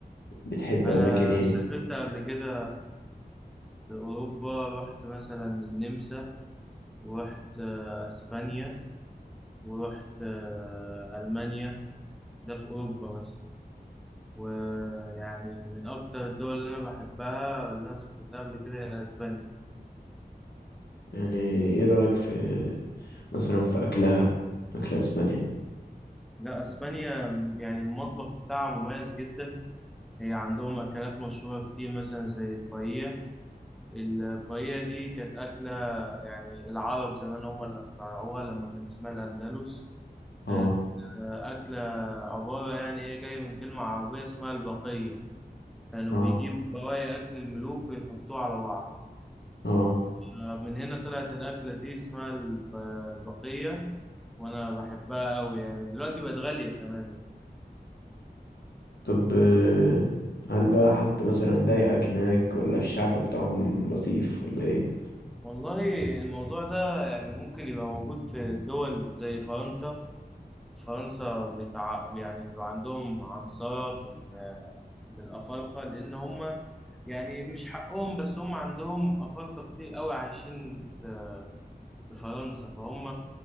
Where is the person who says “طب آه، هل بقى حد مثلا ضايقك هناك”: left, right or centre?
Left